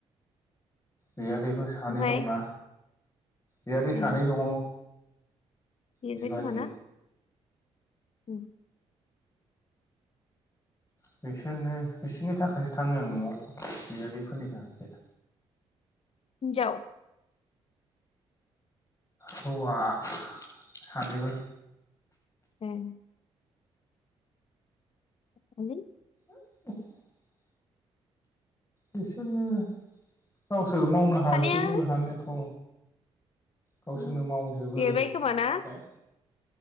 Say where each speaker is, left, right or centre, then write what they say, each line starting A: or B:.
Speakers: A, on the left; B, on the left.
A: बियादैफोर सानै
B: ओमफ्राय
A: दंना बियादै सानै
B: ए
A: दंङो।
B: देरबाय
A: बिबाजै
B: खोमा ना उम
A: बिसोरनो बिसोरनि थाखायसो थांङो आं न'आव बियादैफोरनि थाखायसो
B: हिनजाव
A: हौवा सानैबो
B: उम। हेलौ।
A: <inaudible> बिसोरनो गावसोर मावनो हाजोबो
B: सानैया
A: हानियाथ' गावसोरनो
B: उम
A: मावजोबो
B: देरबाय खोमा
A: मावनायालाय।
B: ना